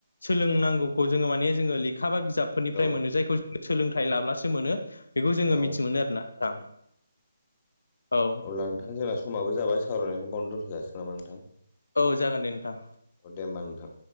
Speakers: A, on the left; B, on the left.
A: सोलोंनांगौखौ जोङो माने जोङो लेखा बा बिजाबफोरनिफ्राय
B: औ
A: मोनो जायखौ जो सोलोंथाइ लाब्लासो मोनो। बेखौ जोङो
B: औ
A: मिथि मोनो आरोना नोंथां औ।
B: ब्ला नोंथां जोंना स समाबो जाबाय सावरायनायखौ बावनो दोनथ'जासिगोन नामा नोंथां?
A: औ जागोन दे नोंथां।
B: औ दे होमबा नोंथां।